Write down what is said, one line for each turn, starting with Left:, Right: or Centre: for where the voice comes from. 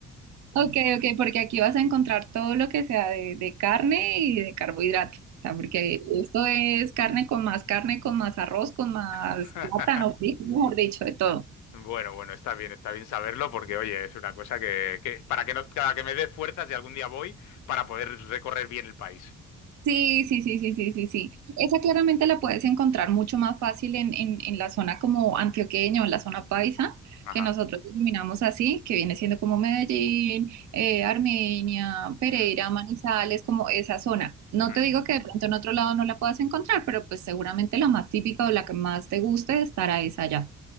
Right: Ok, ok, porque aquí vas a encontrar todo lo que sea de, de carne y de carbohidrato. O sea, porque esto es carne con más carne, con más arroz, con más
Left: <laughs>
Right: plátano, frijol, mejor dicho, de todo.
Left: Bueno, bueno, está bien, está bien saberlo porque, oye, es una cosa que, que- para que no, para que me dé fuerzas si algún día voy para poder recorrer bien el país.
Right: Sí, sí, sí, sí, sí, sí, sí. Esa claramente la puedes encontrar mucho más fácil en, en, en la zona como antioqueña o en la zona paisa,
Left: Ajá.
Right: que nosotros denominamos así, que viene siendo como Medellín, eh, Armenia, Pereira,
Left: Hmm,
Right: Manizales, como esa zona. No
Left: hmm.
Right: te digo que de pronto en otro lado no la puedas encontrar, pero pues seguramente la más típica o la que más te guste estará esa allá.